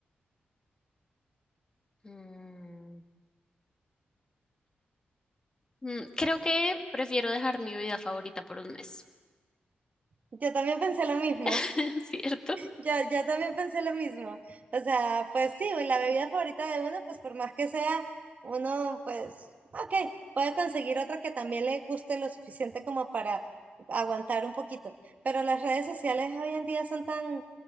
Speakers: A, on the left; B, on the right.
A: Mm, Mm, creo que prefiero dejar mi vida favorita por un mes.
B: Yo también pensé lo mismo,
A: <laughs> ¿Cierto?
B: yo, yo también pensé lo mismo. O sea, pues sí, güey, la bebida favorita de uno, pues por más que sea, uno, pues, ok, puede conseguir otra que también le guste lo suficiente como para aguantar un poquito. Pero las redes sociales hoy en día son tan